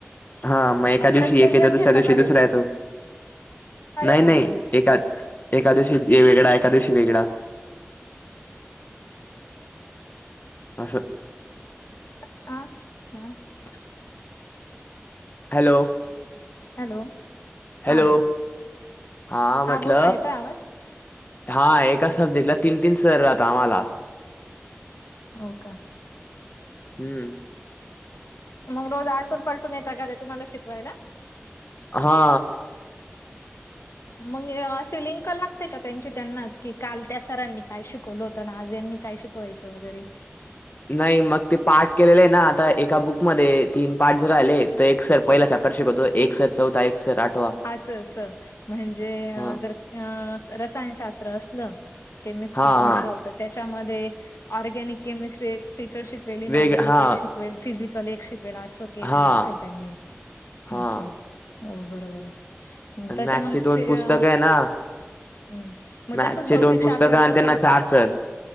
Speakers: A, on the left; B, on the left.
A: हा मग एका
B: प्रत्येक
A: दिवशी एक येतो
B: जण
A: दुसऱ्या
B: घेता
A: दिवशी
B: का
A: दुसरा
B: लेक
A: येतो.
B: अरे
A: नाही
B: बापरे
A: नाही एका एका दिवशी वेगळा एका दिवशी वेगळा. अस.
B: <unintelligible>
A: हॅलो.
B: हॅलो.
A: हॅलो
B: हा बोल
A: हा म्हटल.
B: बोल ना येतोय आवाज
A: हा एका सब्जेक्टला तीन तीन सर राहत आम्हाला.
B: हो का.
A: हम्म.
B: मग रोज आलटून पालटून येत कारे तुम्हाला शिकवायला.
A: हा.
B: मग अशी लिंक लागते का त्यांची त्यांनाच की काल त्या, सरांनी काय शिकवलं होतं ना आज यांनी काय शिक वायाच वेगरे.
A: नाही मग ते पार्ट केलेले आहे ना आता एका बुकमध्ये तीन पार्ट जर राहिले तर एक सर. पहिला चॅप्टर शिकवतो एक सर चौथ एक सर आठ
B: असं अस म्हणजे
A: हा
B: जर रसायनशास्त्र असलं. केमिस्ट्री
A: हा
B: तुमच
A: हा
B: तर त्याच्यामध्ये ऑर्गॅनिक केमिस्ट्री एक टीचर शिक
A: वेग
B: ऑर्गॅनिक
A: हा
B: एक शिकवेल फिजिकल एक शिकवेल असं. केलेलं
A: हा
B: असेल त्यांनी
A: हा
B: ओके बरोबर.
A: मॅथचे
B: तस मग
A: दोन
B: अ
A: पुस्तकं आहे ना
B: हम्. मग
A: मॅथचे
B: तसच भौतिकशास्त्राचं
A: दोन पुस्तकं आणि त्यांना
B: पण.
A: चार सर